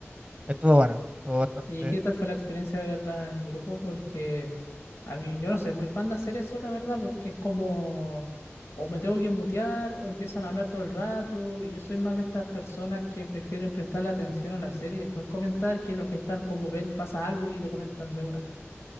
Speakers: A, on the right; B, on the left.
A: Estuvo bueno, estuvo bastante.
B: ¿Y qué tal fue la experiencia de verla en grupo? Porque a mí, yo no sé, muy fan de hacer eso, la verdad, porque es como, o me tengo que mutear, o empiezan a hablar todo el rato, y yo soy más de estas personas que prefieren prestarle atención a la serie y después comentar que los que están como ven pasa algo y lo comentan de una.